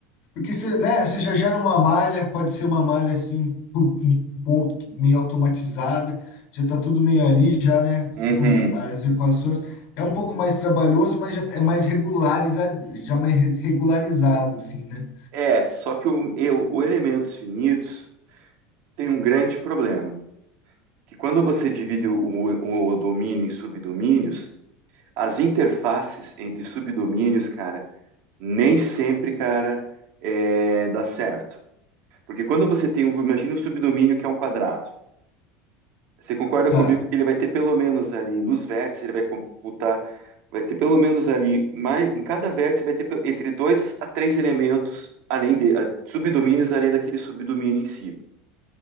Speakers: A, on the left; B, on the right.
A: Porque você, né, você já gera uma malha, pode ser uma malha assim, pu- um ponto que- meio automatizada, já está tudo meio ali, já, né? se
B: Uhum.
A: com- As equações. É um pouco mais trabalhoso, mas já é mais regularizado, já mais re- regularizado, assim, né?
B: É, só que o, eu- o elementos finitos tem um grande problema, que quando você divide o, o o domínio em subdomínios, as interfaces entre subdomínios, cara, Nem sempre, cara, é, dá certo. Porque quando você tem um, imagina um subdomínio que é um quadrado. Você concorda
A: Tá,
B: comigo que ele vai ter pelo menos ali nos vértices, ele vai computar, vai ter pelo menos ali, mais, em cada vértice vai ter pe- entre dois a três elementos além de a- subdomínios além daquele subdomínio em si,